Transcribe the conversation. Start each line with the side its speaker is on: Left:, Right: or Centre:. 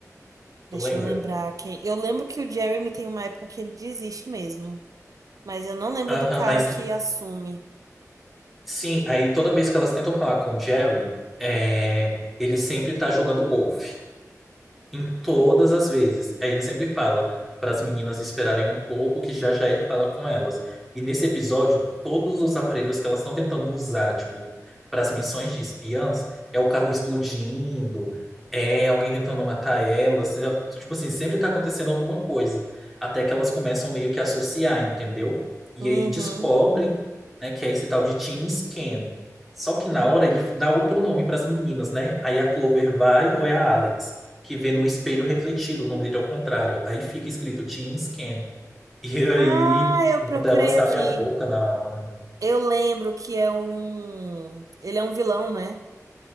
Right: Deixa
Centre: Tu lembra?
Right: eu lembrar quem. Eu lembro que o Jeremy tem uma época que ele desiste mesmo. Mas eu não lembro
Centre: Aham,
Right: do cara
Centre: mas
Right: que assume.
Centre: sim, aí toda vez que elas tentam falar com o Jerry, é, ele sempre tá jogando golfe. Em todas as vezes. Aí ele sempre fala para as meninas esperarem um pouco, que já já ele fala com elas. E nesse episódio, todos os aparelhos que elas estão tentando usar, tipo, para as missões de espiãs, é o carro explodindo, é alguém tentando matar elas. é- Tipo assim, sempre tá acontecendo alguma coisa. Até que elas começam meio que a associar, entendeu? E
Right: Uhum.
Centre: aí descobrem, né, que é esse tal de Team Scan. Só que na hora ele dá outro nome para as meninas, né? Aí a Clover vai ou é a Alex que vê no espelho refletido, o nome dele é o contrário. Aí fica escrito Teen Scan. <laughs> E aí
Right: Ah, eu
Centre: uma
Right: procurei
Centre: delas
Right: aqui.
Centre: abre a boca na hora.
Right: Eu lembro que é um. Ele é um vilão, né?